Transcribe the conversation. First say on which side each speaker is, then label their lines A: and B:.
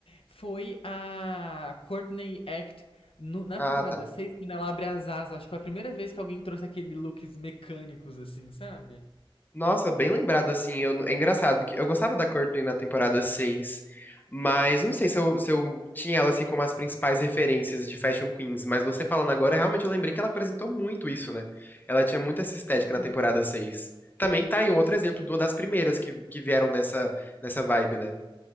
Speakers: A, on the left; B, on the left.
A: foi a Courtney Act no- na
B: Ah,
A: temporada
B: tá.
A: 6, quando ela abre as asas, acho que foi a primeira vez que alguém trouxe aquele looks mecânicos assim, sabe?
B: Nossa, bem lembrado, assim, eu, é engraçado que eu gostava da Courtney na temporada 6, mas não sei se eu, se eu tinha ela, assim, como as principais referências de Fashion Queens, mas você falando agora, realmente eu lembrei que ela apresentou muito isso, né? Ela tinha muito essa estética
A: Hum.
B: na temporada 6. Também tá aí um outro exemplo de uma das primeiras que, que vieram nessa, nessa vibe, né?